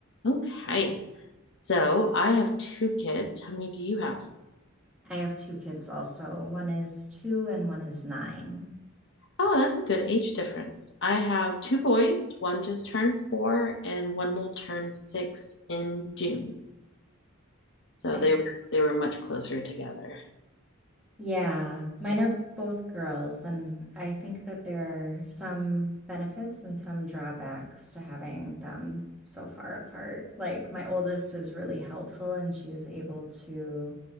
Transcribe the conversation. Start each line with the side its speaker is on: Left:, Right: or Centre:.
Left: Okay. So I have two kids. How many do you have?
Centre: I have two kids also. One is two and one is nine.
Left: Oh, that's a good age difference. I have two boys. One just turned four, and one will turn six in June. So
Centre: Right?
Left: they were they were much closer together.
Centre: Yeah, mine are both girls, and I think that there are some benefits and some drawbacks to having them so far apart. Like, my oldest is really helpful, and she is able to